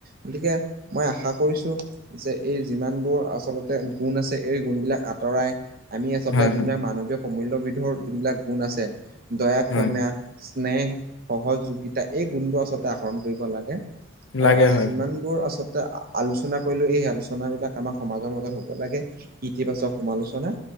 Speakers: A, on the right; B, on the left.
A: গতিকে মই আশা কৰিছোঁ যে এই যিমানবোৰ আচলতে গুণ আছে এই গুণবিলাক আঁতৰাই, আমি আচলতে
B: হয় হয়
A: যোনবিলাক
B: হয়
A: মানৱীয় প্ৰমূল্যবিধৰ যোনবিলাক গুণ আছে। দয়া ক্ষমা
B: হয়
A: স্নেহ সহযোগিতা এই গুণবোৰ আচলতে আহৰণ কৰিব লাগে। আৰু
B: লাগে
A: আজি
B: হয়
A: যিমানবোৰ আচ টান আ-আলোচনা কৰিলোঁ। এই আলোচন বিলাক আমাৰ সমাজৰ মাজত হ'ব লাগে ইতিবাচক সমালোচনা।